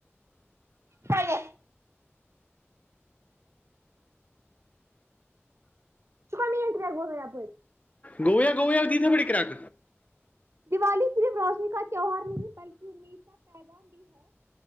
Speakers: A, on the right; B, on the left.
A: خالے چکا میٹ و ہو گایاپ
B: گو گویا آگ تھے بڑی کرک
A: دیوالی صرف روشنی کا تیوار نہیں بلکہ اد کا پیغام بھی ہے